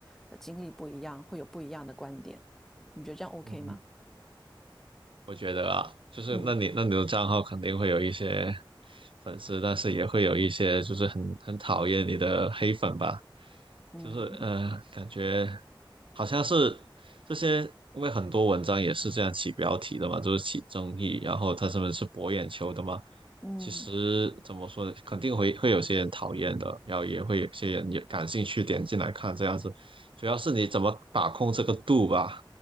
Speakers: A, in the centre; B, on the right (about 80°).
A: 呃经历不一样，会有不一样的观点。你觉得这样 OK
B: 嗯，
A: 吗？
B: 我觉得啊，就是那你那你的账号肯定会有一些
A: 嗯
B: 粉丝，但是也会有一些就是很很讨厌你的黑粉吧，
A: 嗯
B: 就是呃，感觉好像是这些，因为很多文章也是这样起标题的嘛，就是起争议，然后他们是博眼球的嘛。
A: 嗯
B: 其实怎么说呢，肯定会会有些人讨厌的，然后也会有些人也感兴趣点进来看这样子，主要是你怎么把控这个度吧。